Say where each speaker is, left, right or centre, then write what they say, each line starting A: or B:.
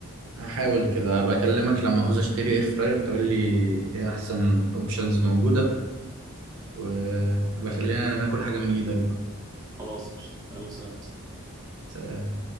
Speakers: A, on the right; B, on the right.
A: هحاول كده بكلمك لما عاوز اشتري اير فراير تقول لي ايه احسن اوبشنز موجوده وبخلينا ناكل حاجه من ايدك بقى
B: خلاص قشطة. يلا سلام يا أسطى.
A: سلام